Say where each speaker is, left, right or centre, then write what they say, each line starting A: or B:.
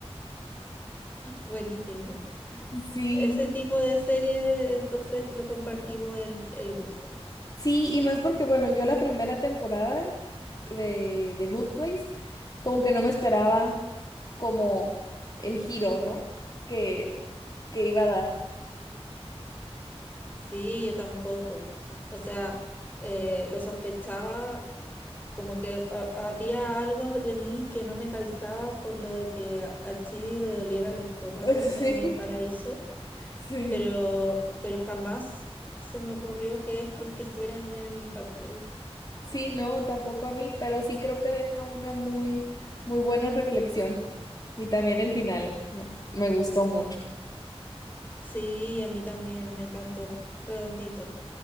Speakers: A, on the left (about 15°); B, on the left (about 40°).
A: Buenísimo.
B: Sí,
A: Ese tipo de serie, entonces lo compartimos el, el gusto.
B: Sí, y más porque, bueno, yo la primera temporada de, de Good Place, como que no me esperaba como el giro, ¿no? Que, que iba a dar. <laughs>
A: Sí, yo tampoco. O sea, eh, lo sospechaba como que ha- había algo de mí que no me calzaba por lo de que a, a Chidi le doliera el estómago
B: Sí,
A: en el paraíso,
B: sí.
A: pero, pero jamás se me ocurrió que es porque estuviera en el Bad Place.
B: Sí, no, tampoco a mí, pero sí creo que deja una muy, muy buena reflexión. Y también el final me, me gustó mucho.
A: Sí, a mí también me encantó, redondito.